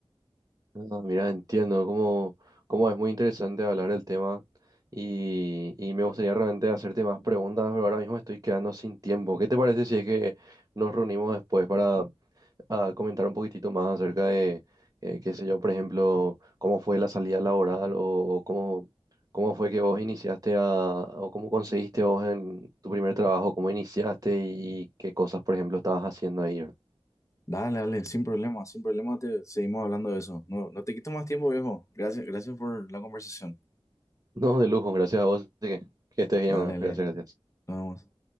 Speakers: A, on the right (about 35°); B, on the left (about 30°).
A: ah, mira, entiendo cómo, cómo es muy interesante hablar del tema y, y me gustaría realmente hacerte más preguntas, pero ahora mismo estoy quedando sin tiempo. ¿Qué te parece si es que nos reunimos después para a comentar un poquitito más acerca de, eh, qué sé yo, por ejemplo, cómo fue la salida laboral o, o cómo, cómo fue que vos iniciaste a, o cómo conseguiste vos en tu primer trabajo, cómo iniciaste y qué cosas, por ejemplo, estabas haciendo ahí. ¿verdad?
B: Dale, dale, sin problema, sin problema te seguimos hablando de eso. No, no te quito más tiempo, viejo. Gracias, gracias por la conversación.
A: No, <laughs> de lujo, gracias a vos, así que, que estés bien,
B: Dale,
A: bueno,
B: dale,
A: gracias, gracias.
B: nos vemos.